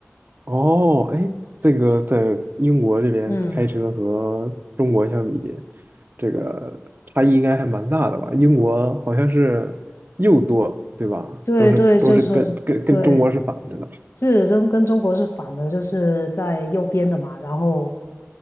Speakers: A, on the right; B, on the left.
A: 哦，哎，这个在英国这边开车和中国相比，
B: 嗯，
A: 这个差异应该还蛮大的吧？英国好像是右舵，对吧？
B: 对对，
A: 都是都是跟跟跟中国是反着的。
B: 就是对。是中跟中国是反的，就是在右边的嘛。然后，